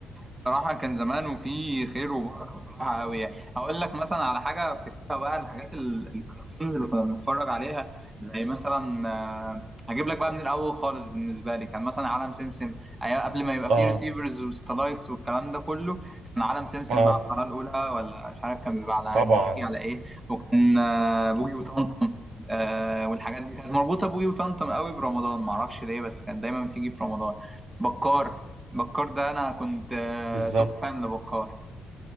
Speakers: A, on the right; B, on the right.
A: بصراحة كان زمان وفي خير وبركة بصراحة قوي يعني هقول لك مثلا على حاجة افتكرها بقى الحاجات ال- الكرتونز اللي كنا بنتفرج عليها زي مثلا آه، هجيب لك بقى من الأول خالص بالنسبة لي كان مثلا عالم سمسم أيام قبل ما يبقى
B: اه
A: فيه ريسيفرز وستلايتس والكلام ده كله كان عالم سمسم
B: اه
A: بقى القناة الأولى ولا مش عارف كان بيبقى على
B: طبعا
A: جي على إيه وكان آه، بوجي وطمطم آه، والحاجات دي كانت مربوطة بوجي وطمطم قوي برمضان معرفش ليه بس كانت دايما بتيجي في رمضان بكار بكار ده انا كنت آه،
B: بالظبط
A: توب فان لبكار